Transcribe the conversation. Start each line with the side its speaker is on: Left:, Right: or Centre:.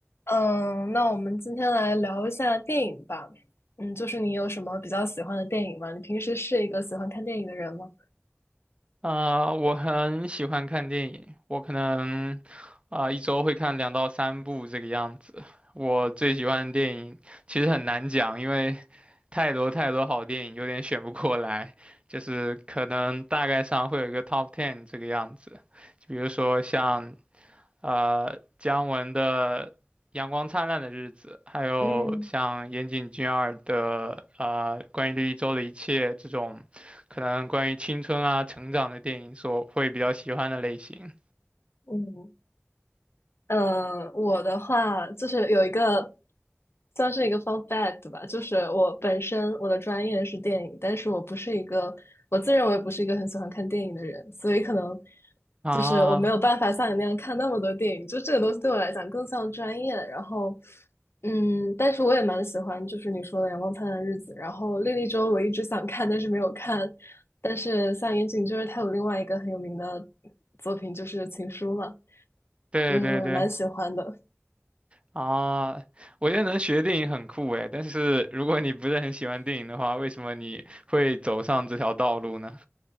Left: 嗯，那我们今天来聊一下电影吧。嗯，就是你有什么比较喜欢的电影吗？你平时是一个喜欢看电影的人吗？
Right: 啊、我很喜欢看电影，我可能啊、一周会看两到三部这个样子。我最喜欢的电影其实很难讲，因为太多太多好电影，有点选不过来。就是可能大概上会有一个 top ten 这个样子，就比如说像呃姜文的《阳光灿烂的日子》，还有像岩井俊二的呃关于这一周的一切这种，
Left: 嗯
Right: 可能关于青春啊成长的电影所会比较喜欢的类型
Left: 嗯，嗯，我的话就是有一个算是一个 fun fact 吧，就是我本身我的专业是电影，但是我不是一个我自认为不是一个很喜欢看电影的人，所以可能
Right: 啊。
Left: 就是我没有办法像你那样看那么多电影，就这个东西对我来讲更像专业。然后，嗯，但是我也蛮喜欢就是你说的《阳光灿烂的日子》，然后《莉莉周》我一直想看，但是没有看。但是像岩井就是他有另外一个很有名的作品就是《情书》嘛。
Right: 对对对
Left: 嗯，我蛮喜欢的。
Right: 啊，我觉得能学电影很酷诶，但是如果你不是很喜欢电影的话，为什么你会走上这条道路呢？